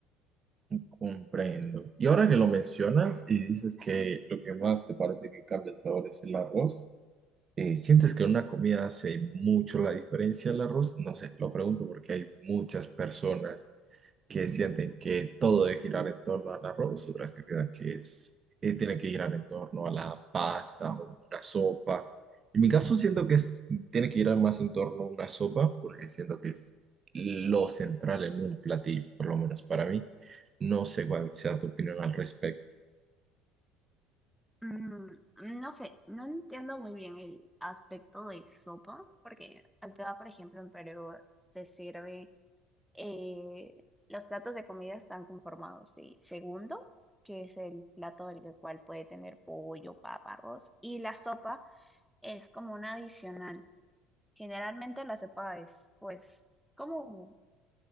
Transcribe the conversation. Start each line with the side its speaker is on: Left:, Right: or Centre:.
Right: Comprendo. Y ahora que lo mencionas y dices que lo que más te parece que cambia el sabor es el arroz, eh, ¿sientes que en una comida hace mucho la diferencia el arroz? No sé, lo pregunto porque hay muchas personas que sienten que todo debe girar en torno al arroz, otras que piensan que es, eh, tiene que girar en torno a la pasta o una sopa. En mi caso siento que es- tiene que girar más en torno a una sopa porque siento que es lo central en un platillo, por lo menos para mí. No sé cuál sea tu opinión al respecto.
Centre: Mm, No sé, no entiendo muy bien el aspecto de sopa, porque acá, por ejemplo, en Perú se sirve eh, los platos de comida están conformados de segundo, que es el plato del cual puede tener pollo, papa, arroz, y la sopa es como un adicional. Generalmente la sopa es pues como